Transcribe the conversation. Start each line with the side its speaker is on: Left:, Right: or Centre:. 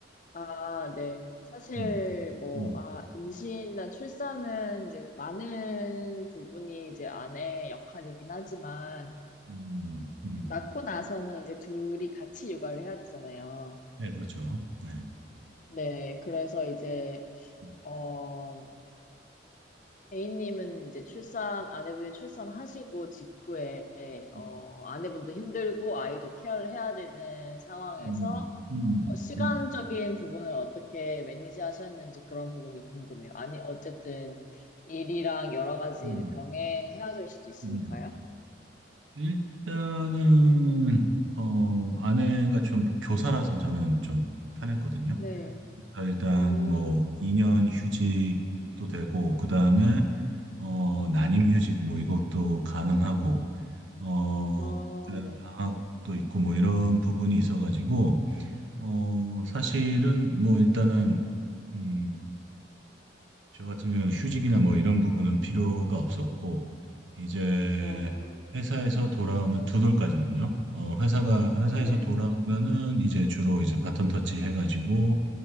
Left: 아, 네. 사실,
Right: 음,
Left: 뭐,
Right: 음,
Left: 아, 임신이나 출산은 이제 많은 부분이 이제 아내의 역할이긴 하지만,
Right: 음, 음. 음.
Left: 낳고 나서는 이제 둘이 같이 육아를 해야 되잖아요.
Right: 네, 그렇죠. 네.
Left: 네. 그래서 이제,
Right: 음,
Left: 어, A님은 이제 출산, 아내분이 출산하시고 직후에, 어,
Right: 음,
Left: 아내분도 힘들고 아이도 케어를 해야 되는 상황에서
Right: 음, 음,
Left: 어, 시간적인
Right: 음,
Left: 부분을 어떻게 매니지 하셨는지 그런 부분이 궁금해요. 아니, 어쨌든 일이랑 여러 가지를
Right: 음.
Left: 병행해야 될 수도 있으니까요.
Right: 음. 일단은 어 아내가 좀 교사라서 저는 좀 편했거든요.
Left: 네.
Right: 그러니까 일단
Left: 아,
Right: 뭐 2년 휴직도 되고 그다음에 어 난임 휴직 뭐 이것도 가능하고 어
Left: 어,
Right: 그다음에
Left: 네.
Right: 방학도 있고 뭐 이런 부분이 있어가지고 어 사실은 뭐 일단은 음, 저 같은 경우는 휴직이나 뭐 이런 부분은 필요가 없었고 이제
Left: 아,
Right: 회사에서 돌아오면 두 돌까지는요. 어 회사가 회사에서
Left: 네.
Right: 돌아오면은 이제 주로 이제 바톤 터치 해가지고